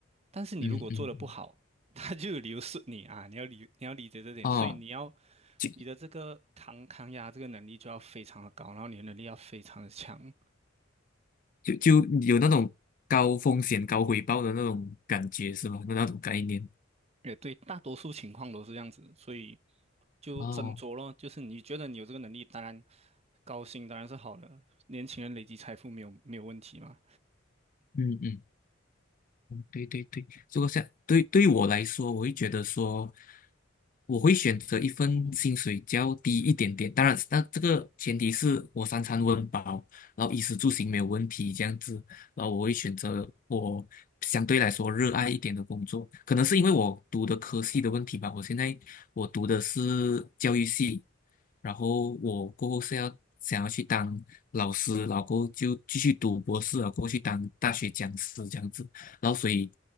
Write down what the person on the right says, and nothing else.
但是你如果做的不好，
<laughs> 他就有理由是你啊，你要理你要理解这点，
所以你要
你的这个抗抗压这个能力就要非常的高，然后你的能力要非常的强，
也对，大多数情况都是这样子，所以就斟酌咯，
就是你觉得你有这个能力，当然高薪当然是好的，年轻人累积财富没有没有问题嘛，